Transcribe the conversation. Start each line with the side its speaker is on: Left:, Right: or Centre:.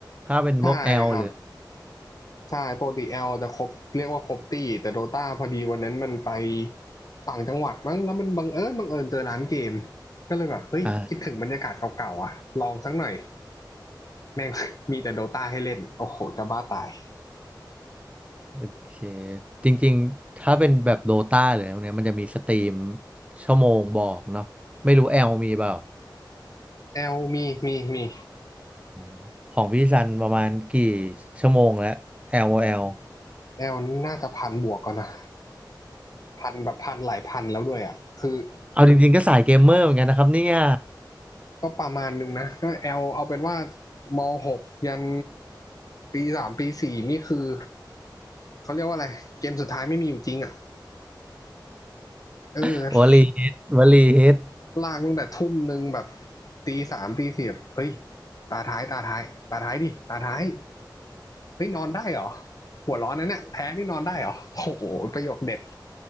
Right: ถ้าเป็นพวกแอลหรือ
Left: ใช่ครับใช่ปกติแอลจะครบเรียกว่าครบตี้แต่โดตาพอดีวันนั้นมันไปต่างจังหวัดมั้งแล้วมันบังเอิญบังเอิญเจอร้านเกมก็เลยแบบเฮ้ยคิดถึงบรรยากาศเก่าๆอ่ะลองสักหน่อย
Right: อ่า
Left: แม่ง <laughs> มีแต่โดตาให้เล่นโอ้โหจะบ้าตาย
Right: โอเคจริงๆถ้าเป็นแบบโดตาหรืออะไรพวกเนี้ยมันจะมีสตรีมชั่วโมงบอกเนาะไม่รู้แอลมีเปล่า
Left: แอลมีมีมี
Right: อ๋อของพี่ซันประมาณกี่ชั่วโมงแล้วแอลแอล
Left: แอลน่าจะพันบวกก่อนนะพันแบบพันหลายพันแล้วด้วยอ่ะคือ
Right: เอาจริงๆก็สายเกมเมอร์เหมือนกันนะครับเนี่ย
Left: ก็ประมาณนึงนะก็แอลเอาเป็นว่ามหกยันปีสามปีสี่นี่คือเขาเรียกว่าอะไรเกมสุดท้ายไม่มีอยู่จริงอ่ะเออ
Right: <laughs> วลีฮิตวลีฮิต
Left: ลากตั้งแต่ทุ่มหนึ่งแบบตีสามตีสี่บเฮ้ยตาท้ายตาท้ายตาท้ายดิตาท้ายเฮ้ยนอนได้เหรอหัวร้อนนะเนี่ยแพ้นี่นอนได้เหรอโอ้โหประโยคเด็ด